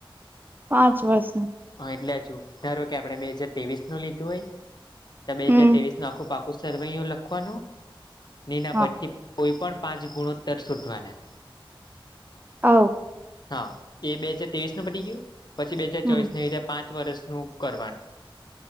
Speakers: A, on the right; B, on the left.
A: પાંચ વર્ષ નુ
B: હા એટલે જો ધારો કે આપણેે બે હાજર ત્રેવીસ નું લીધું હોય તો બે
A: હમ
B: હાજર ત્રેવીસ નું આખું પા સરવૈયો લખવાનું ને એના
A: હા
B: પરથી કોઈ પન પાંચ ગુણોત્તર સોધવાના
A: આવુ
B: હા એ બે હાજર ત્રેવીસ નું પડી ગયું પછી બે હાજર
A: હમ
B: ચોવીસને રીતે પાંચ વર્ષનું કરવાનું